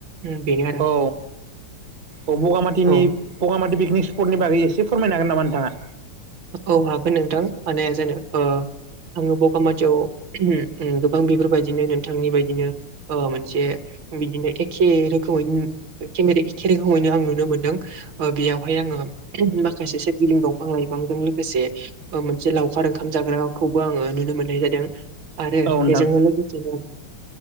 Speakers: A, on the right (about 60°); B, on the right (about 35°).
A: उम, बेनो आरो
B: औ औ बगामाथिनि
A: औ
B: बगामाथि पिक निक स्पटनि बागै एसे फोरमायनो हागोन नामा नोंथाङा?
A: औ हागोन नोंथां माने जेने ओ आङो बगामाथियाव गोबां बेफोरबायदिनो नोंथांनि बायदिनो ओ मोनसे बिदिनो एखे रोखोमै एखे रोखोमैनो आं नुनो मोनदों बेयावहाय आङो माखासे सोरगिदिं दंफां लाइ फांजों लोगोसे सा मोनसे लावखार ओंखाम जाग्राखौबो आङो नुनो मोननाय जादों। आरो
B: औ नोंथां
A: बेजोंनो लोगोसेनो